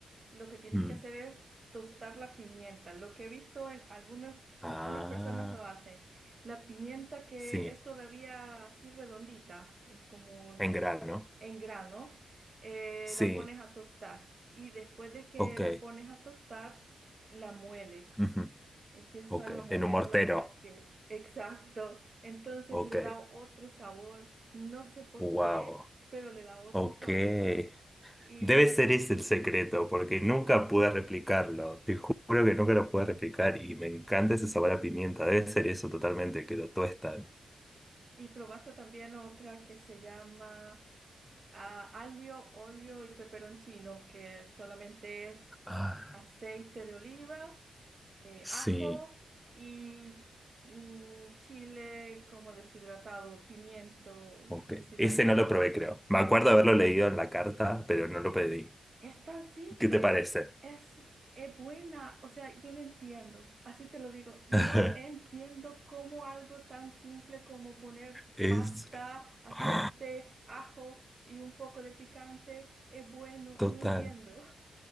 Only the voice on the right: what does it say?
mm, lo que tienes
que hacer es tostar la pimienta. Lo que he visto en algunas,
algunas personas lo hacen. La pimienta que
es todavía así redondita, eh, como
en grano, eh,
la pones a tostar y después de que
la pones a tostar, la mueles.
Empiezas
a molerla
para que, exacto, entonces
le da otro sabor, no sé por
qué, pero le da otro
sabor. Y,
y probaste también otra que se llama ah, aglio, olio y peperoncino, que solamente es
aceite de oliva, eh,
ajo y mm, chile como deshidratado, pimiento
deshidratado.
Es tan simple,
es, es buena, o sea, yo no entiendo, así te lo digo, no
entiendo cómo algo tan simple como poner
pasta, aceite,
ajo y un poco de picante es bueno,
no entiendo.